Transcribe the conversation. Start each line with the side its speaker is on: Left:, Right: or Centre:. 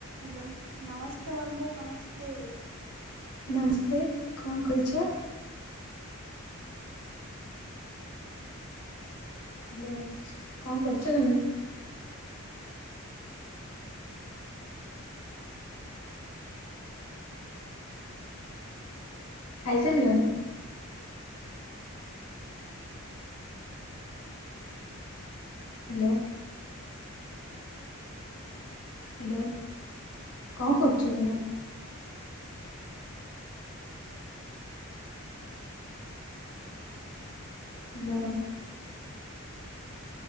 Right: Hello ନମସ୍ତେ ବନ୍ଧୁ ନମସ୍ତେ।
Left: ନମସ୍ତେ କଣ କରୁଚ? ହାଲୋ କଣ କରୁଚ ତମେ? ଖାଇସାରିଲଣି? ହାଲୋ। ହେଲୋ କଣ କରୁଚ ତମେ? ହାଲୋ।